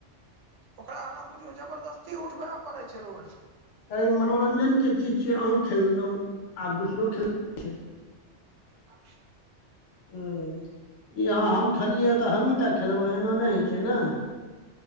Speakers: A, on the right (about 80°); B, on the left (about 85°).
A: ओकरा हमरा बुझियौ जबरदस्ती उठबै पड़ै छै रोज।
B: ई मनोरंजन के चीज छियै। अहूँ खेललहुँ आर दोसरो खेल। छै
A: आ।
B: ई अहाँ हम खेललियै। तऽ हमहीँ टा खेलबै। एना नहि होइ छै ने।